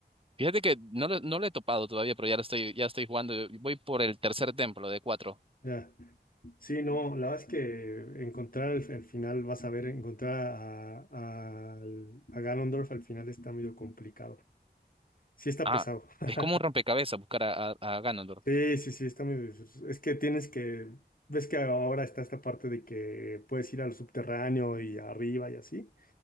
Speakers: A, on the right; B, on the left.
A: Fíjate que no, lo- no lo he topado todavía, pero ya lo estoy, ya estoy jugando. Voy por el tercer templo de cuatro.
B: Ya. Sí, no, la verdad es que encontrar el, el final, vas a ver, encontrar a, a, al- a Ganondorf al final está medio complicado. Sí está
A: Ah,
B: pesado. <laughs>
A: es como un rompecabezas buscar a, a, a Ganondorf.
B: Sí, sí, sí, está medio... Es que tienes que... Ves que ahora está esta parte de que puedes ir al subterráneo y arriba y así.